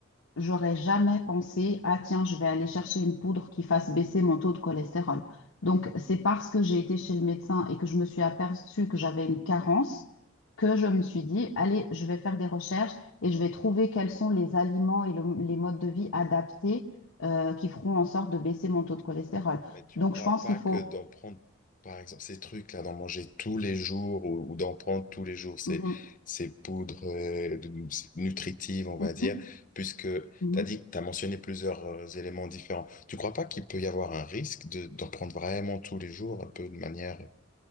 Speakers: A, on the left; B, on the left.
A: j'aurais jamais pensé, ah tiens, je vais aller chercher une poudre qui fasse baisser mon taux de cholestérol. Donc, c'est parce que j'ai été chez le médecin et que je me suis aperçue que j'avais une carence que je me suis dit, allez, je vais faire des recherches et je vais trouver quels sont les aliments et le- les modes de vie adaptés euh, qui feront en sorte de baisser mon taux de cholestérol.
B: Mais tu
A: Donc,
B: crois
A: je pense
B: pas
A: qu'il
B: que
A: faut...
B: d'en prendre, par exemple, ces trucs-là, d'en manger tous les jours ou, ou d'en prendre tous les jours ces,
A: Mhm.
B: ces poudres euh, de- nutritives, on va
A: Mhm.
B: dire, puisque tu
A: Mhm.
B: as dit, tu as mentionné plusieurs euh, éléments différents. Tu crois pas qu'il peut y avoir un risque de, d'en prendre vraiment tous les jours, un peu de manière